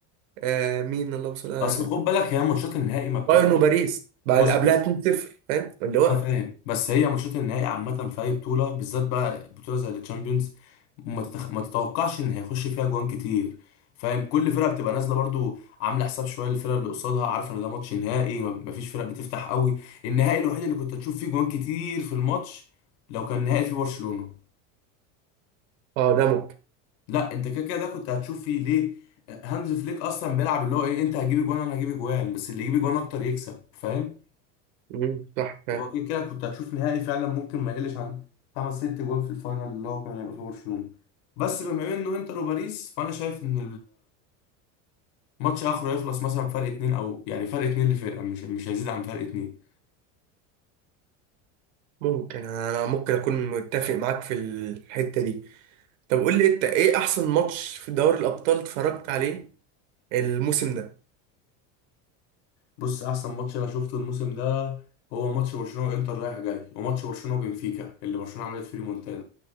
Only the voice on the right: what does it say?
آه مين اللهم صل على
سيدنا
بايرن وباريس بعد
قبلها
2-0 فاهم اللي
هو
اه ده ممكن
مم، صح فعلا
ممكن انا ممكن اكون متفق معاك في الحتة دي طب قول لي انت ايه احسن ماتش في دوري الابطال اتفرجت عليه الموسم ده